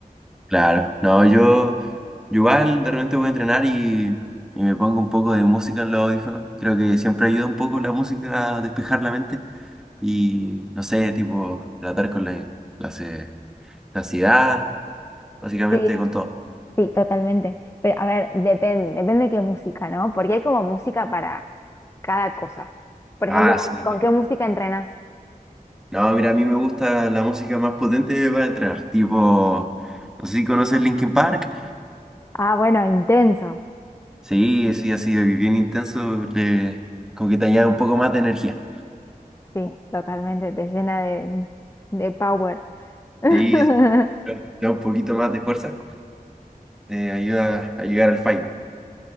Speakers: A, in the centre; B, on the left.
A: Claro. No, yo, yo igual de repente voy a entrenar y, y me pongo un poco de música en los audífonos. Creo que siempre ayuda un poco la música a despejar la mente y, no sé, tipo, tratar con la, la, ce- la ansiedad, básicamente
B: Sí,
A: con todo.
B: sí, totalmente. Pero a ver, depende, depende qué música, ¿no? Porque hay como música para cada cosa. Por
A: Ah,
B: ejemplo, ¿con,
A: sí.
B: con qué música entrenas?
A: No, mira, a mí me gusta la música más potente para entrenar. Tipo, no sé si conoces Linkin Park.
B: Ah, bueno, intenso.
A: Sí, sí, ha sido bien intenso, le- como que te añade un poco más de energía.
B: Sí, totalmente, te llena de, de power. <laughs>
A: Sí, te da un poquito más de fuerza, te ayuda a llegar al fallo,